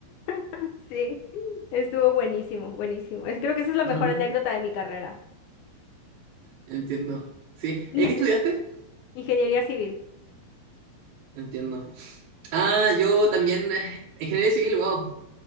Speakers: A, on the left (about 80°); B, on the right (about 75°).
A: <laughs> sí, estuvo buenísimo, buenísimo. Es, creo
B: <laughs>
A: que esa es la mejor
B: Ujú,
A: anécdota de mi carrera.
B: entiendo. Sí.
A: <laughs>
B: ¿Eh, qué estudiaste?
A: Ingeniería civil,
B: Entiendo. Ah, yo también, eh, ingeniería civil, wow.